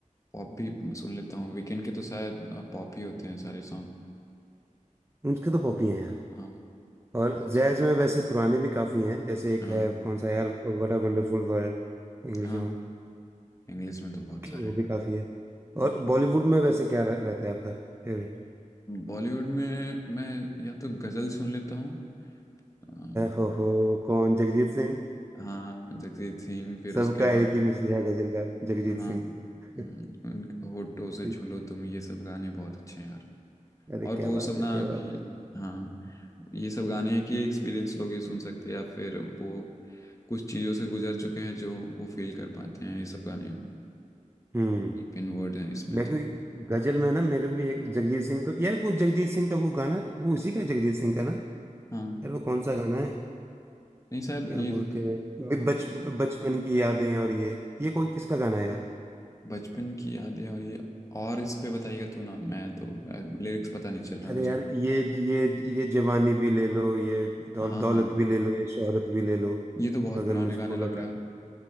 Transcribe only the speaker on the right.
उनके तो
पॉप ही हैं यार
और
जैज में वैसे पुराने भी काफी हैं जैसे एक
है कौन सा यार what a wonderful world English
song
वो
भी काफी है
और बॉलीवुड में वैसे क्या रह, रहता है आपका फेवरेट
हो हो कौन जगजीत सिंह
सबका
एक ही मिसिया गजल का जगजीत
सिंह
ठीक।
अरे क्या
बात
है क्या बात
है
हम्म
मैं
कोई गजल में ना मेरे को भी एक जगजीत सिंह तो यार वो जगजीत सिंह का वो गाना वो उसी का है, जगजीत सिंह का ना
यार वो कौन सा गाना है
क्या
बोलते हैं बि-
बच बचपन की यादें और ये ये कौन किसका गाना है यार
अरे यार ये ये ये जवानी भी ले लो ये दौल,
दौलत
भी ले लो ये शोहरत भी ले लो
मगर
मुझको
लौटा
दो